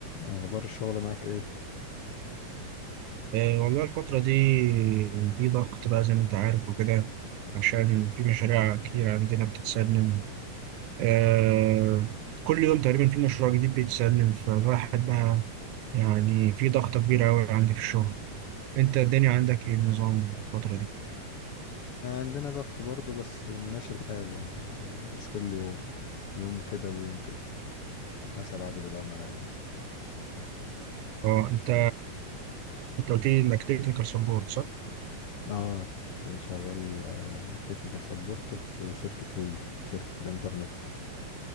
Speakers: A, on the left; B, on the right.
A: أخبار الشغل معاك إيه؟
B: إيه والله الفترة دي في ضغط بقى زي ما أنت عارف وكده عشان في مشاريع كتير عندنا بتتسلم آه كل يوم تقريبا في مشروع جديد بيتسلم فالواحد بقى يعني في ضغطة كبيرة أوي عندي في الشغل أنت الدنيا عندك إيه النظام الفترة دي؟
A: عندنا ضغط برضه بس ماشي الحال يعني مش كل يوم يوم كده ويوم كده على حسب عدد العملاء يعني
B: أه أنت أنت قلت لي إنك تكنيكال سبورت صح؟
A: آه يعني شغال تكنيكال سبورت في شركة وي شركة الإنترنت